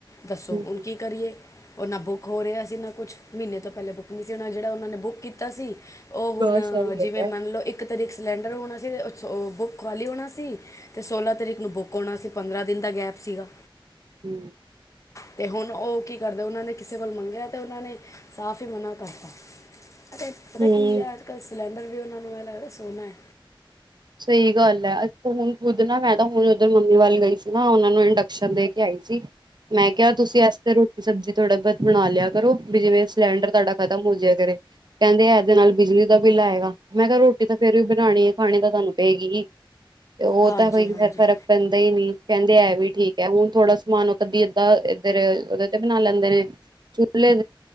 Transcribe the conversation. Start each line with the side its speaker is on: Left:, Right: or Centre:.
Left: ਦੱਸੋ
Right: ਹਮ
Left: ਹੁਣ ਕੀ ਕਰੀਏ? ਉਹ ਨਾ ਬੁੱਕ ਹੋ ਰਿਹਾ ਸੀ ਨਾ ਕੁਛ, ਮਹੀਨੇ ਤੋਂ ਪਹਿਲੇ ਬੁੱਕ ਨਹੀਂ ਸੀ ਹੋਣਾ, ਜਿਹੜਾ ਉਹਨਾਂ ਨੇ ਬੁੱਕ ਕੀਤਾ ਸੀ ਉਹ ਹੁਣ
Right: ਬਸ ਇਹੀ
Left: ਜਿਵੇਂ
Right: ਹੈਗਾ
Left: ਮੰਨ ਲਓ ਇੱਕ ਤਰੀਕ ਸਿਲੰਡਰ ਹੋਣਾ ਸੀ ਉਹ ਬੁੱਕ ਖੁਆਲੀ ਹੋਣਾ ਸੀ ਤੇ ਸੋਲ੍ਹਾਂ ਤਰੀਕ ਨੂੰ ਬੁੱਕ ਹੋਣਾ ਸੀ ਪੰਦਰਾਂ ਦਿਨ ਦਾ ਗੈਪ ਸੀਗਾ।
Right: ਹੂ।
Left: ਤੇ ਹੁਣ ਉਹ ਕੀ ਕਰਦੇ, ਉਹਨਾਂ ਨੇ ਕਿਸੇ ਕੋਲ ਮੰਗਿਆ ਤੇ ਉਹਨਾਂ ਨੇ ਸਾਫ਼ ਈ ਮਨਾ ਕਰਤਾ। ਅਤੇ ਪਤਾ
Right: ਹਮ
Left: ਕੀ ਆ ਅੱਜ ਕੱਲ੍ਹ ਸਿਲੰਡਰ ਵੀ ਉਹਨਾਂ ਨੂੰ ਐ ਲੱਗਦਾ ਸੋਨਾ ਐ।
Right: ਸਹੀ ਗੱਲ ਐ, ਹੁਣ ਖੁਦ ਨਾ ਮੈਂ ਤਾਂ ਹੁਣ ਉਧਰ ਮੰਮੀ ਵੱਲ ਗਈ ਸੀ ਨਾ ਉਹਨਾਂ ਨੂੰ ਇੰਡਕਸ਼ਨ ਦੇ ਕੇ ਆਈ ਸੀ। ਮੈਂ ਕਿਹਾ ਤੁਸੀਂ ਇਸ ਤੇ ਰੋਟੀ ਸਬਜ਼ੀ ਥੋੜ੍ਹਾ ਬਹੁਤ ਬਣਾ ਲਿਆ ਕਰੋ, ਵੀ ਜਿਵੇਂ ਸਿਲੰਡਰ ਤੁਹਾਡਾ ਖਤਮ ਹੋ ਜੀਆ ਕਰੇ। ਕਹਿੰਦੇ ਇਹਦੇ ਨਾਲ ਬਿਜਲੀ ਦਾ ਬਿੱਲ ਆਏਗਾ, ਮੈਂ ਕਿਹਾ ਰੋਟੀ ਤਾਂ ਫੇਰ ਵੀ ਬਣਾਣੀ ਐ ਖਾਣੀ ਤਾਂ ਤੁਹਾਨੂੰ ਪੈਏ ਗੀ ਹੀ ਤੇ ਉਹ
Left: ਹਾਂਜੀ
Right: ਤਾਂ ਕੋਈ
Left: ਹਾਂਜੀ
Right: ਫ਼ਿਰ ਫ਼ਿਰ ਪੈਂਦਾ ਹੀ ਨੀ ਕਹਿੰਦੇ ਐ ਵੀ ਠੀਕ ਹੈ, ਹੁਣ ਥੋੜਾ ਸਮਾਨ ਉਹ ਕਦੀ ਅੱਧਾ ਇੱਧਰ ਉਹਦੇ ਤੇ ਬਣਾ ਲੈਂਦੇ ਨੇ, ਚੁੱਲੇ